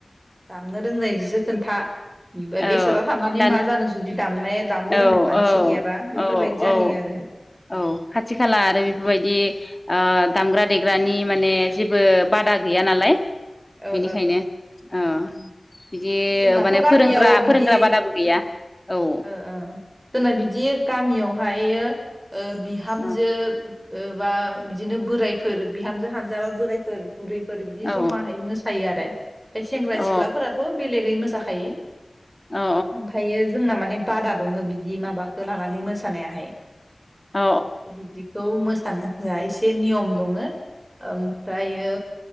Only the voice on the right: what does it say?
दामनो रोंनायजोसो खोन्था फ्राय
बेसादाव थानानै
माजानो जुदि दामनाय दामनो
रोंनाय मानसि
गैयाबा बेफोरबायदि
जाहैयो
आरो
ओ
ओ
जोंनाथ'
गामियाव
बिदि
ओ ओ जोंना बिदि गामियावहायो ओ बिहामजो
ओ बा बिदिनो बोरायफोर बिहामजो हानजाबा बोरायफोर बुरै फोर बिदि
जमाहै सायो आरो सेंग्रा
सिख्लाफोराथ' बेलेगै मोसाखा खायो
ओमफायो जोंना माने बादा दङ बिदि माबाखो लानानै मोसानायाहाय
बिदिखौ मोसानो होआ एसे नियम दङो ओमफ्रायो